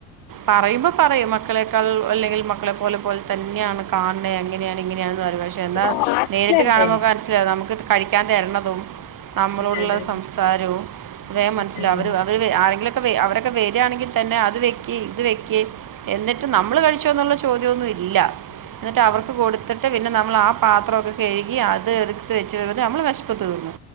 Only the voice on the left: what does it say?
നാട്ടിലല്ലേ
അതെ അതെ
അതെ